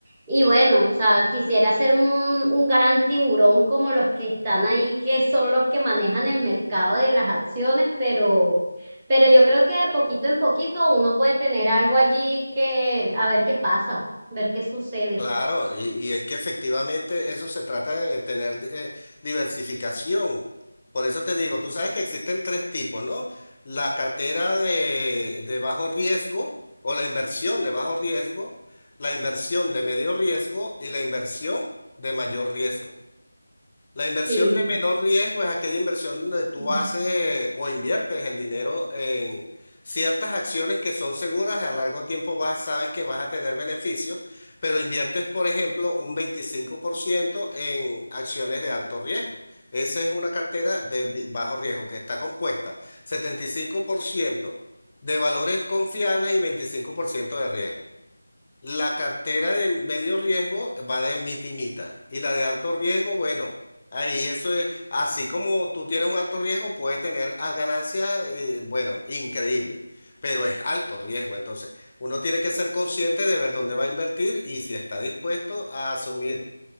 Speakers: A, on the right; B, on the left.
A: y bueno, o sea, quisiera ser un, un gran tiburón como los que están ahí, que son los que manejan el mercado de las acciones, pero... Pero yo creo que poquito en poquito uno puede tener algo allí que, a ver qué pasa, ver qué sucede.
B: Claro, y, y es que efectivamente eso se trata de tener eh, diversificación. Por eso te digo, tú sabes que existen tres tipos, ¿no? La cartera de, de bajo riesgo o la inversión de bajo riesgo, la inversión de medio riesgo y la inversión de mayor riesgo. La inversión
A: Sí,
B: de menor riesgo es aquella inversión donde tú
A: mm,
B: haces o inviertes el dinero en ciertas acciones que son seguras y a largo tiempo vas, sabes que vas a tener beneficios, pero inviertes, por ejemplo, un 25% en acciones de alto riesgo. Esa es una cartera de bi- bajo riesgo que está compuesta 75% de valores confiables y 25% de riesgo. La cartera de medio riesgo va de mita y mita. Y la de alto riesgo, bueno, ahí eso es, así como tú tienes un alto riesgo, puede tener ah, ganancias, eh, bueno, increíble, pero es alto riesgo. Entonces, uno tiene que ser consciente de ver dónde va a invertir y si está dispuesto a asumir